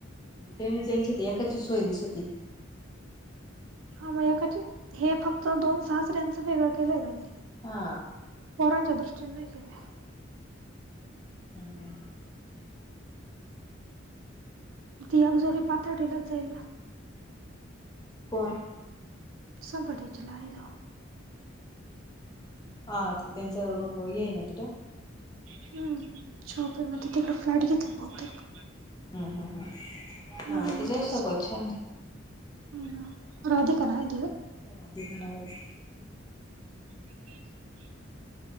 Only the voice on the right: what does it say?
हा म एकाचे हे फक्त दोन सासऱ्याच वेगळं केलंय त्यांनी
पोरांच्या दृष्टीने नाही केले.
ती एक जोडी पाथर्डी लाच जाईल.
संपती चलाणी जा
हम्म शॉपे म तिकड फ्लॅट घेत बहुतेक
म्हणून
म्हटलं
असलं.
हम्म राधिकना इ
ह